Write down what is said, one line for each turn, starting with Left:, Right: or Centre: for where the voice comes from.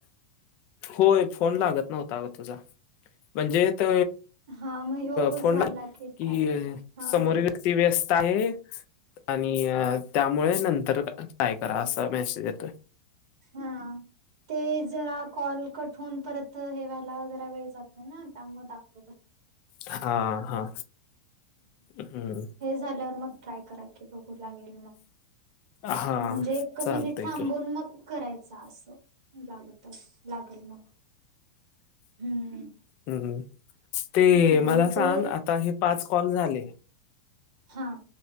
Left: होय फोन लागत नव्हता अग तुझा. म्हणजे- त
Right: हा मग ह्यो
Left: -फोन
Right: झाला
Left: -की-
Right: ट्राय करा हा
Left: समोरील
Right: हा
Left: व्य ती व्यस्त आहे. आणि त्यामुळे नंतर ट्राय करा असा मेसेज येतोय.
Right: हा ते जरा कॉल कट होऊन परत त हे व्हायला जरा वेळ जातोय ना त्यामुळ दाख
Left: हा हा हम्म
Right: हे झाल्यावर मग ट्राय करा की बघू लागेल मग
Left: हा
Right: म्हणजे एक
Left: चालतय
Right: मिनिट थांबून
Left: की
Right: मग करायचा असं म लागत. लागल मग हम्म
Left: हूं हूं ते
Right: हा मग
Left: मला सांग
Right: ते
Left: आता हे पाच कॉल झाले.
Right: हां